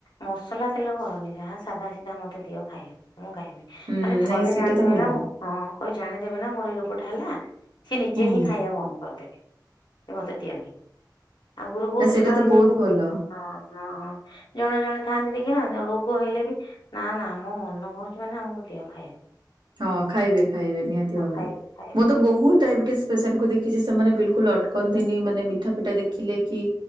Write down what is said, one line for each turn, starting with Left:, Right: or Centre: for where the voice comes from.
Left: ମସଲା ତେଲ କରନି ଯାହା ସାଧା ସିଧା ମତେ ଦିଅ ଖାଇବାକୁ ମୁଁ ଖାଇବିନି।
Right: ହୁଁ
Left: ଆରେ ଥରେ
Right: ନାଇଁ ସେଇଟା
Left: ଜାଣିଦିଏ
Right: ତ ଭଲ
Left: ନା ମୁଁ। ହଁ କଉ ଜାଣିଦେବେ ନା ମୋର ଏଇ ରୋଗଟା ହେଲା ସି ନିଜେ
Right: ହୁଁ
Left: ହିଁ ଖାଇବା ବନ୍ଦ କରିଦେବେ। ଏ ମତେ ଦିଅନି ଆଗରୁ ବହୁତ
Right: ନା ସେଇଟା
Left: ଖାଇଇବାକୁ
Right: ତ ବହୁତ ଭଲ
Left: ହ ହଁ ହଁ। ହଁ ଜଣେ ଜଣେ ଥାଆନ୍ତି ଦେଖିନ ରୋଗ ହେଲେ ବି ନା ନା ଆମ ମନ ହଉଛି ମାନେ ଆମକୁ ଦିଅ ଖାଇବୁ।
Right: ହଁ ଖାଇବେ ଖାଇବେ ନିହାତି ଭାବରେ
Left: ଖାଇବେ ଖାଇବେ
Right: ମୁଁ ତ ବହୁତ ଡାଇବେଟିସ୍ ପେସେଣ୍ଟକୁ ଦେଖିଛି ସେମାନେ ବିଲକୁଲ୍ ଅଟକନ୍ତିନି ମାନେ ମିଠା ଫିଠା ଦେଖିଲେ କି